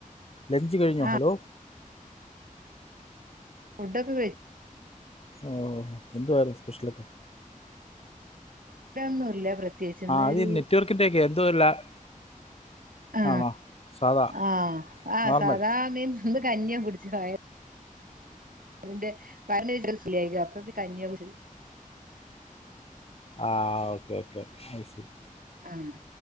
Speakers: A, on the left (about 45°); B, on the right (about 75°).
A: ലഞ്ച് കഴിഞ്ഞോ
B: ആ
A: ഹലോ
B: ഫുഡൊക്കെ
A: ഓ <unintelligible> എന്ത് വേറെ സ്പെഷ്യലക്കെ <unintelligible>
B: തന്നൂല്ല പ്ര പ്രത്യേകിച്ചന്നൊരു
A: അത് നെറ്റ്വർക്കിൻ്റെ ഒക്കെ എന്തോ ഒരു ലാ-
B: ആ
A: ആണോ സാധാ
B: ആ ആ
A: നോർമൽ
B: സാധാ മീൻ ഇന്ന് കഞ്ഞി കുടിച്ച് ൻ്റെ വയറി അതിന്റെ വയറിനൊരു ച്ചിരി സു ല്ല്യായ്ക അപ്പൊ പിന്നെ കഞ്ഞ്യാ കുടിച്ച്
A: ആഹ് ഓക്കേ ഓക്കേ അശരി
B: ആ